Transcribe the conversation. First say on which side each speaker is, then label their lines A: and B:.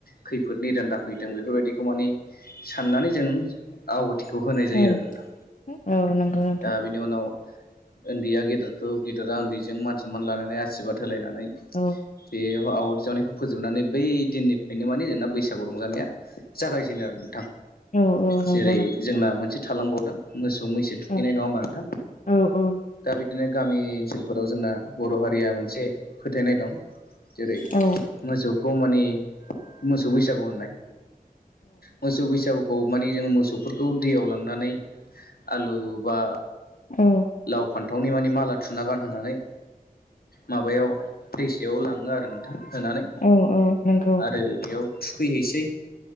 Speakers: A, on the left; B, on the left.
A: खैफोद निदान दाफैथों बेफोरबायदिखौ माने साननानै जों आवहु थिखौ होनाय जायो
B: औ
A: आरो नोंथां
B: औ नंगौ नोंथां
A: दा बेनि उनाव ओन्दैया गेदेरखौ गेदेरा ओन्दैजों मान सनमान लानानै आशिरबाद होलायनानै
B: औ
A: बे आवहाथि सावनायखौ फोजोबनानै बै दिननिफ्रायनो माने जोंना बैसागु रंजानाया जागायजेनो आरो न
B: औ औ नंगौ
A: जेरै जोंना मोनसे थालांबावदों मोसौ सौ मैसो
B: नोंथां
A: थुखैनाय नङा होमबा नोंथां?
B: औ औ
A: दा बिदि बिदिनो गामि ओनसोलफोराव जोंना बर' हारिया मोनसे फोथायनाय दं। जेरै
B: औ
A: मोसौखौ मानि मोसौ बैसागु होननाय मोसौ बैसागु खौ माने जोङो मोसौफोरखौ दैयाव लांनानै आलु बा
B: औ
A: लाव फान्थावनि माने माला थुना गानहोनानै माबायाव दैसायाव लाङो आरो नोंथां। होनानै
B: औ औ नंगौ
A: आरो बेयाव थुखैहैसै।